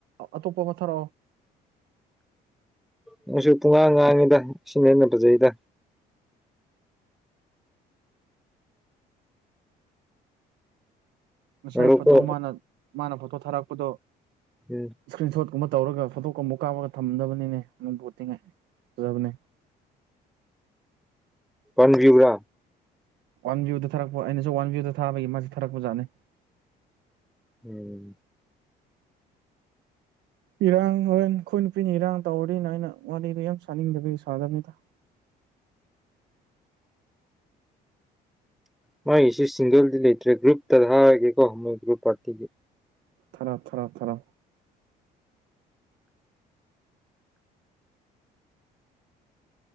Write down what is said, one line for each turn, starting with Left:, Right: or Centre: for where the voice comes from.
Right: ꯑꯇꯣꯞꯄ ꯑꯃ ꯊꯥꯔꯛꯑꯣ
Centre: ꯑꯩꯁꯨ ꯄꯨꯡꯉꯥꯡ ꯉꯥꯡꯉꯤꯗ ꯁꯤꯅ ꯍꯦꯟꯅ ꯐꯖꯩꯗ
Right: ꯉꯁꯥꯏ
Centre: ꯉꯥꯏꯈꯣꯀꯣ
Right: ꯐꯣꯇꯣ ꯃꯥꯅ ꯃꯥꯅ ꯐꯣꯇꯣ ꯊꯥꯔꯛꯄꯗꯣ
Centre: ꯎꯝ
Right: ꯏꯁꯀ꯭ꯔꯤꯟ ꯁꯣꯠ ꯒꯨꯝꯕ ꯇꯧꯔꯒ ꯐꯣꯇꯣꯛꯀꯨꯝ ꯑꯃꯨꯛ ꯀꯥꯞꯄꯒ ꯊꯝꯗꯕꯅꯤꯅꯦ ꯑꯗꯨꯕꯨꯇꯤꯡꯉꯥꯏ ꯐꯖꯕꯅꯦ
Centre: ꯄꯟꯕꯤꯌꯕ꯭ꯔꯥ
Right: ꯋꯥꯟ ꯚ꯭ꯌꯨꯗ ꯊꯥꯛꯄ ꯑꯩꯅꯁꯨ ꯋꯥꯟ ꯚꯤꯌꯨꯗ ꯊꯥꯕꯒꯤ ꯃꯥꯁ ꯊꯥꯔꯛꯄꯖꯥꯠꯅꯤ
Centre: ꯎꯝ
Right: ꯏꯔꯥꯡ ꯍꯣꯔꯦꯟ ꯑꯩꯈꯣꯏ ꯅꯨꯄꯤꯅ ꯏꯔꯥꯡ ꯇꯧꯔꯅꯤꯅ ꯑꯩꯅ ꯋꯥꯔꯤꯗ ꯌꯥꯝ ꯁꯥꯅꯤꯡꯗꯕꯤꯒꯤ ꯁꯥꯗꯕꯅꯤꯗ
Centre: ꯃꯥꯏꯁꯨ ꯁꯤꯡꯒꯜꯗꯤ ꯂꯩꯇ꯭ꯔꯦ ꯒ꯭ꯔꯨꯞ ꯇ ꯊꯥꯔꯒꯦꯀꯣ ꯍꯣꯏ ꯒ꯭ꯔꯨꯞ ꯄꯥꯔꯇꯤꯗꯤ
Right: ꯊꯔ ꯊꯔ ꯊꯔ